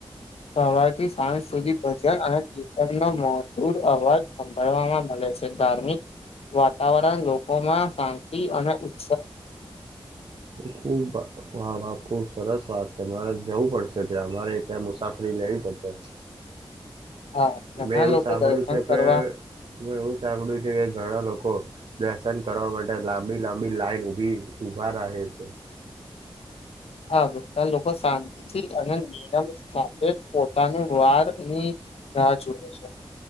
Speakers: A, on the left; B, on the right.
A: સવાર થી સાંજ સુધી ભજન અને કીતનનો મધુર અવાજ સંભળવામાં ચાલે છે. ધાર્મિક વાતાવરણ લોકોમાં શાંતિ અને ઉત્
B: ખુબ વાહ વાહ ખુબ સરસ વાત. મારે જવું પડશે ત્યાં અમારે ત્યાં મુસાફરી લેવી પડશે.
A: હા ઘણા
B: મેં એવું
A: લોકો
B: સાંભળ્યું
A: દર્શન
B: છે
A: કરવા
B: કે હું એવું સાંભળ્યું છે કે ઘણા લોકો દર્શન કરવા માટે લાંબી લાંબી લાઈન ઉભી ઉભા રહે છે.
A: હા બધા લોકો શાંતિથી અને નિરમ સાથે પોતાની વાર ની રાહ જોવે છે.